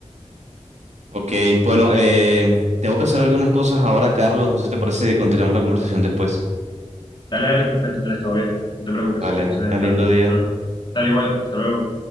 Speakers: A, on the right (about 75°); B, on the left (about 40°).
A: Ok, bueno, eh, tengo que hacer algunas cosas ahora, Carlos. No sé si te parece que continuemos la conversación después.
B: Dale, dale, perfecto, Andrés, todo bien. No te preocupes.
A: Vale,
B: Entonces,
A: tan
B: hasta,
A: lindo día.
B: hasta luego. Dale igual, hasta luego.